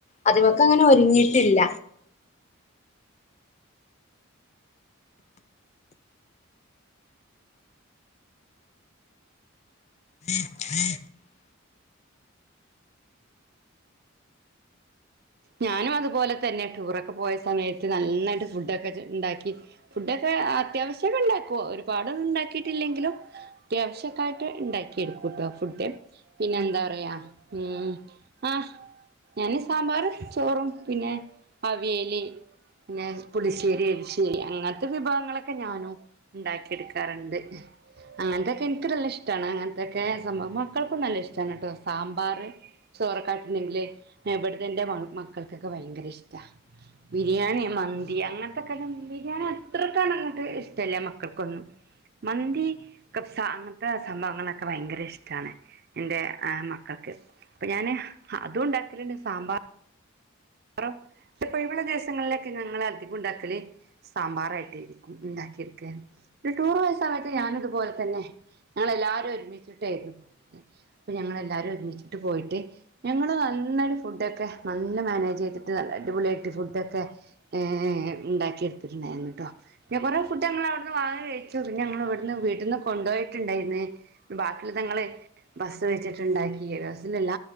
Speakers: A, on the left (about 30°); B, on the right (about 50°).
A: അതിമക്ക് അങ്ങനെ ഒരുങ്ങിട്ടില്ല ഉം <inaudible>
B: ഞാനും അതുപോലെ തന്നെ ടൂറൊക്കെ പോയ സമയത്ത് നന്നായിട്ട് ഫുഡൊക്കെ ഇണ്ടാക്കി ഫുഡൊക്കെ ഏഹ് അത്യാവിശ്യ ഒക്കെ ഉണ്ടാക്കു ഒരുപാടൊന്നും ഉണ്ടാക്കിട്ടില്ലെങ്കിലും അത്യാവിശ്യക്കായിട്ട് ഇണ്ടാക്കി എടുക്കൂട്ടോ ഫുഡ്, പിന്നെ എന്താ പറയാ ഉം ആ ഞാന് സാമ്പാറ് ചോറും പിന്നെ അവിയെല് പിന്നെ പുളിശ്ശേരി എലശ്ശേരി അങ്ങൻത്തെ വിഭവങ്ങളൊക്കെ ഞാനും ഇണ്ടാക്കിയ എടുക്കാറിണ്ട്, അങ്ങൻത്തക്കെ എനിക്ക് നല്ല ഇഷ്ടാണ് അങ്ങൻത്തൊക്കെ സംഭവ മക്കൾക്കും നല്ല ഇഷ്ട്ടാണ് ട്ടൊ സാമ്പാറ് ചോറൊക്കെ ആയിട്ടുണ്ടെങ്കില് ഏഹ് ഇവിടുത്തെ എന്റെ മാ മക്കൾക്കൊക്കെ ഭയങ്കര ഇഷ്ടാ, ബിരിയാണി, മന്തി അങ്ങൻത്തക്കെ ബിരിയാണി അത്രക്കാങ്ങട്ട് ഇഷ്ടല്യ മക്കൾക്കൊന്നും, മന്തി കബ്സാ അങ്ങൻത്തെ സംഭവങ്ങളൊക്കെ ഭയങ്കര ഇഷ്ടാണ് എൻറെ ആ മക്കൾക്ക്, അപ്പൊ ഞാന് അതും ഇണ്ടാക്കലിണ്ട് സാമ്പാ റും <unintelligible> ഒഴിവുള്ള ദിവസങ്ങളിലൊക്കെ ഞങ്ങള് അധികം ഉണ്ടാക്കല് സാമ്പാറായിട്ട് ഇരിക്കും ഉണ്ടാക്കി എടുക്കാ, ടൂറ് പോയ സമയത്ത് ഞാനും ഇതുപോലെ തന്നെ ഞങ്ങള് എല്ലാരും ഒരുമിച്ചിട്ടായിരുന്നു, അപ്പൊ ഞങ്ങള് എല്ലാരും ഒരുമിച്ചിട്ട് പോയിട്ട് ഞങ്ങള് നന്നായിട്ട് ഫുഡൊക്കെ നല്ല മാനേജ് ജ് ചെയ്തിട്ട് നല്ല അടിപൊളി ആയിട്ട് ഫുഡൊക്കെ ഏഹ് ഇണ്ടാക്കി എടുത്തിട്ടുണ്ടായിരുന്നു ട്ടോ, പിന്നെ കുറെേ ഫുഡ് ഞങ്ങള് അവിടുന്ന് വാങ്ങി കഴിച്ചു, പിന്നെ ഞങ്ങള് ഇവിടുന്ന് വീട്ടിന്ന് കൊണ്ടുപോയിട്ടുണ്ടായിരുന്ന്, ബാക്കിയുള്ളത് ഞങ്ങള് ബസ് വെച്ചിട്ടിണ്ടാക്കി <unintelligible> ഇതിലല്ല